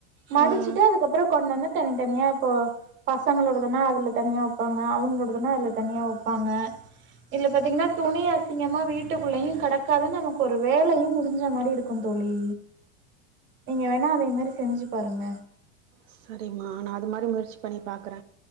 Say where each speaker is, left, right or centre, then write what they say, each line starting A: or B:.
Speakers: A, on the right (about 30°); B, on the right (about 80°).
A: மடிச்சுட்டு
B: ம்
A: அதுக்கப்பறொ கொண்டந்து தனித்தனியா இப்போ பசங்களோடதுனா அதுல தனியா வப்பாங்க அவுங்களோடதுனா அதுல தனியா வப்பாங்க இதுல பாத்தீங்கன்னா துணி அசிங்கமா வீட்டுக்குள்ளயுங் கடக்காத நமக்கு ஒரு வேலையு முடிஞ்ச மாரி இருக்கு தோழி நீங்க வேணா அதே மாரி செஞ்சு பாருங்க
B: சரிம்மா நா அது மாரி முயற்சி பண்ணி பாக்குற